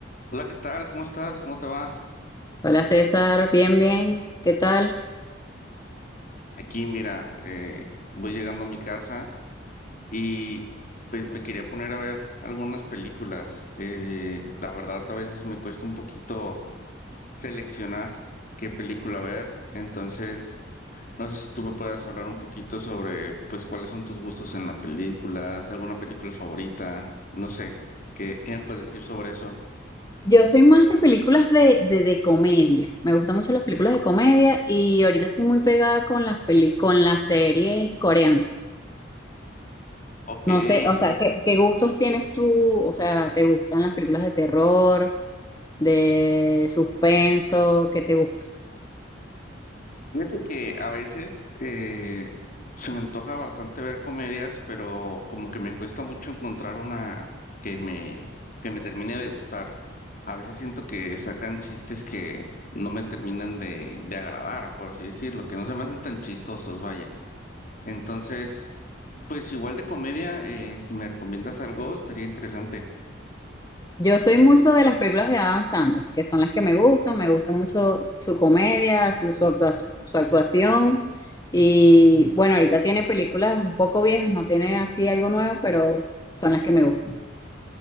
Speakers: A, on the left; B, on the left.
A: Hola, ¿qué tal? ¿Cómo estás? ¿Cómo te va?
B: Hola César, bien, bien, ¿qué tal?
A: Aquí, mira, eh, voy llegando a mi casa y pues me quería poner a ver algunas películas. Eh, la verdad, a veces me cuesta un poquito seleccionar qué película ver. Entonces, no sé si tú me puedas hablar un poquito sobre, pues, cuáles son tus gustos en las películas, alguna película favorita, no sé, ¿qué, qué me puedes decir sobre eso?
B: Yo soy más de películas de, de, de comedia, me gustan mucho las películas de comedia y ahorita estoy muy pegada con las peli- con las series coreanas.
A: Ok,
B: No sé, o sea,
A: fíjate
B: ¿qué, qué gustos tienes tú? O sea, ¿te gustan las películas de terror, de suspenso? ¿Qué te gusta?
A: Fíjate que a veces eh, se me antoja bastante ver comedias, pero como que me cuesta mucho encontrar una que me, que me termine de gustar. A veces siento que sacan chistes que no me terminan de, de agradar, por así decirlo, que no se me hacen tan chistosos, vaya. Entonces, pues igual de comedia, eh, si me recomiendas algo, estaría interesante.
B: Yo soy mucho de las películas de Adam Sandler, que son las que me gustan, me gusta mucho su comedia, su, su, actua- su actuación. Y bueno, ahorita tiene películas un poco viejas, no tiene así algo nuevo, pero son las que me gustan.